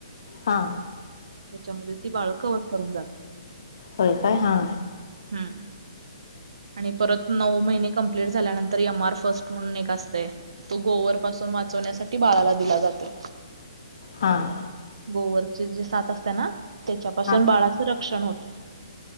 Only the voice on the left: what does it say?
हा.
हो काय. हा.
हां.
हां